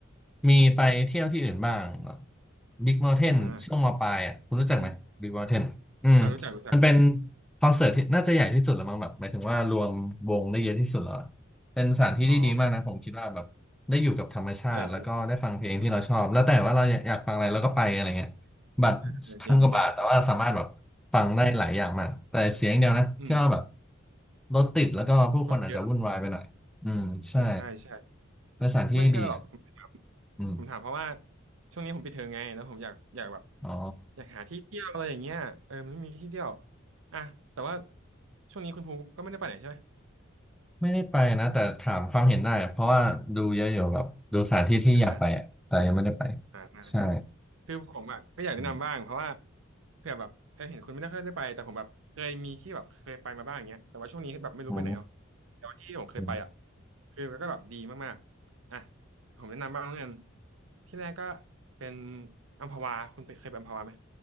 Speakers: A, in the centre; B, on the right (about 80°).
A: มีไปเที่ยวที่อื่นบ้างบิ๊กเมาน์เทนช่วงมปลายอ่ะคุณรู้จักไหมบิ๊กเมาน์เทนอืม
B: อ่าอืมอมอ่ารู้จักรู้จักรู้จัก
A: มันเป็นคอนเสิร์ตที่น่าจะใหญ่ที่สุดแล้วมั้งแบบหมายถึงว่ารวมวงได้เยอะที่สุดแล้ว เป็นสถานที่ที่ดีมากนะผมคิดว่าแบบได้อยู่กับธรรมชาติแล้วก็ได้ฟังเพลงที่เราชอบแล้วแต่ว่าเราอยากฟังอะไรเราก็ไปอะไรเงี้ย
B: อ๋อเออเออ
A: บัตรพันกว่าบาทแต่ว่าสามารถแบบฟังได้หลายอย่างมากแต่เสียงเดียวนะที่ว่าแบบ
B: เออเออจริงจริงอืม
A: รถติดแล้วก็ผู้คนอาจจะวุ่นวายไปหน่อยอืมใช่
B: คนเยอะเออใช่ใช่
A: เป็นสถานที่ที่ดีอ่ะ
B: ไม่ใช่หรอกผม
A: อืม
B: ผมถามเพราะว่าช่วงนี้ผมปิดเทอมไงแล้วผมอยากอยากแบบ
A: อ๋อ
B: อยากหาที่เที่ยวอะไรอย่างเงี้ยเออมันไม่มีที่เที่ยวอ่ะแต่ว่าช่วงนี้คุณภูมิก็ไม่ได้ไปไหนใช่ไหม
A: ไม่ได้ไปนะแต่ถามความเห็นได้เพราะว่าดูเยอะอยู่แบบดูสถานที่ที่อยากไปอะแต่ยังไม่ได้ไป
B: อ่าอ่าได้ได้
A: ใช่
B: คือผมอ่ะก็อยากแนะนำบ้างเพราะว่า
A: อืม
B: เผื่อแบบเออเห็นคุณไม่ได้ค่อยได้ไปแต่ผมแบบเคยมีที่แบบเคยไปมาบ้างอย่างเงี้ยแต่ว่าช่วงนี้แบบไม่รู้ไปไหนเนาะ
A: อื
B: แต่ว่าที่ผมเคยไปอ่ะ
A: ม
B: คือมันก็แบบดีมากๆอ่ะผมแนะนำบ้างแล้วกันที่แรกก็เป็นอัมพวาคุณเคยไปอัมพวาไหม